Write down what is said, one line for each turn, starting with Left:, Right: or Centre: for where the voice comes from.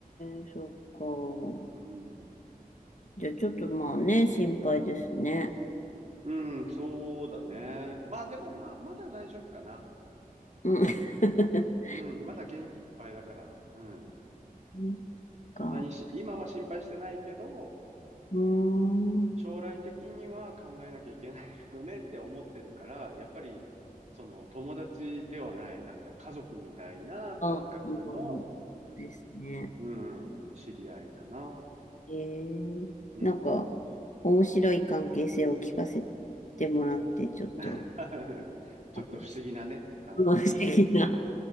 Left: えそっ
Right: うん。
Left: か。じゃあちょっとまあね、心配ですね。
Right: うん、そうだね。まあでもまあ、まだ大丈夫かな。
Left: うん。<laughs>
Right: うん、まだ元気いっぱいだから、うん。
Left: なんか、
Right: そんなにし、今は心配してないけど、
Left: うーん。
Right: 将来的には考えなきゃいけないよねって思ってるから、やっぱり、その友達ではない、なんか家族みたいな感覚の、
Left: あ、うん、ですね。
Right: うん、知り合いかな。
Left: ええなんか、
Right: うん。
Left: 面白い関係性を聞かせてもらって、ちょっと、
Right: <laughs> ちょっと不思議なね、
Left: あ、
Right: 関係だよね。
Left: 不思議な。